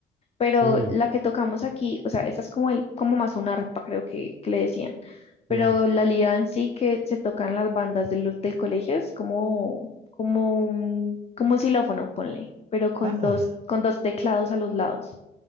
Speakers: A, on the left; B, on the right.
A: Pero
B: sí,
A: la que tocamos aquí, o sea, esa es como el, como más un arpa, creo que, que le decían. Pero
B: ya.
A: la lira en sí que se toca en las bandas de los del colegio es como, como un, como un xilófono, ponle, pero con
B: Ah,
A: dos, con dos teclados a los lados